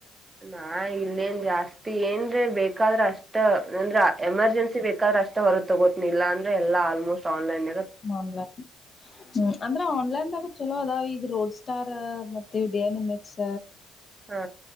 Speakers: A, on the right; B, on the left.
A: ಹಾ ಇಲ್ಲೇನ್ ಜಾಸ್ತಿ ಏನ್್ರೆ ಬೇಕಾದ್ರ ಅಷ್ಟ ಅಂದ್ರ ಎಮರ್ಜೆನ್ಸಿ ಬೇಕಾದ್ರ ಅಷ್ಟ ರ ತಗೋತನಿಲ್ಲ ಅಂದ್ರೆ ಎಲ್ಲ ಆಲ್ಮೋಸ್ಟ್ ಆನ್ಲೈನ್
B: ಆನ್ಲನ್ ಹ್ಮ ಅಂದ್ರೆ ಆನ್ಲೈನ್ದಾಗ ಚಲೋ ಅದಾವ ಈ ರೋಡ್ ಸ್ಟಾರ್ ಮತ್ತೆ ಡನಮೆಕ್ಸ್
A: ಹಾ